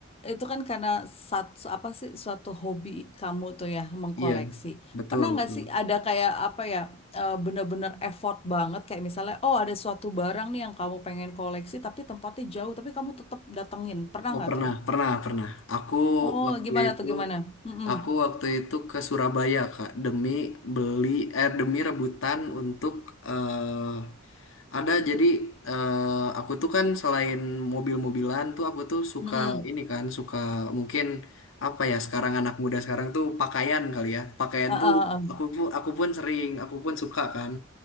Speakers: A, on the left (about 30°); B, on the left (about 65°).
A: itu kan karena satu apa sih suatu hobi kamu tuh ya mengkoleksi.
B: iya, betul
A: Pernah nggak
B: betul.
A: sih ada kayak apa ya eh, bener-bener effort banget kayak misalnya oh ada suatu barang nih yang kamu pengen koleksi tapi tempatnya jauh tapi kamu tetap datengin. Pernah
B: Oh
A: nggak
B: pernah,
A: tuh?
B: pernah, pernah. Aku
A: Oh
B: waktu
A: gimana
B: itu,
A: tuh gimana? Mm-mm.
B: aku waktu itu ke Surabaya Kak demi beli, eh demi rebutan untuk eh ada jadi eh aku tuh kan selain mobil-mobilan tuh aku tuh suka
A: Mm-mm.
B: ini kan, suka mungkin apa ya sekarang anak muda sekarang tuh pakaian kali ya. Pakaian
A: Heeh,
B: tuh
A: heeh.
B: aku pun aku pun sering, aku pun suka kan.